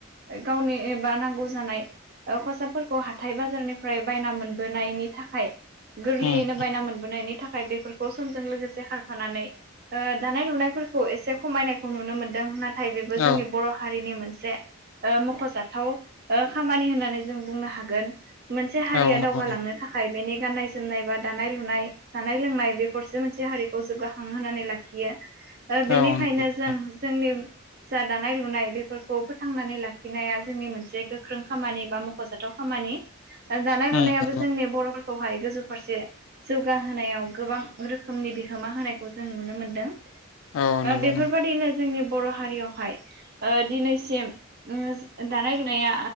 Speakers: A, on the right; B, on the left.
A: गावनि एबा नांगौ जानाय। ओ खसाबफोरखौ हाथाय बाजारनिफ्राय बायना मोनबोनायनि थाखाय। गोरलैयैनो
B: उम उम
A: बायना मोनबोनायनि थाखाय बेफोरखौ समजों लोगोसे खारफानानै ओ दानाय लुनाय फोरखौ एसे खमायनायखौ नुनो मोनदों नाथाय बेबो
B: औ
A: जोंनि बर' हारिनि मोन नसे ओ मख'जाथाव ओ खामानि होननानै जों बुंनो हागोन। मोनसे हारिया
B: औ नंगौ
A: दावगालांनो
B: नंगौ
A: थाखाय बेनि गाननाय जोमनाय बा दानाय लुनाय जानाय लोंनाय बेफोरसो मोनसे हारिखौ जौगाखांहोनानै लाखियो। बेनिखायनो
B: औ नंगौ नोंथां
A: जों जोंनि जा दानाय लुनाय बेफोरखौ फोथांनानै लाखिनाया जोंनि मोनसे गोख्रों खामानि बा मख'जाथाव खामानि। खामानि ओ दानाय
B: उम
A: लुनायाबो
B: नंगौ
A: जोंनि बर'फोरखौहाय गोजौ फारसे। जौगाहोनायाव गोबां रोखोमनि बिहोमा होनायखौ जों नुनो मोनदों।
B: औ
A: ओ
B: नंगौ
A: बेफोरबाददिनो
B: नंगौ
A: जोंनि बर' हारियावहाय दिनैसिम। ओ दानाय लुनाया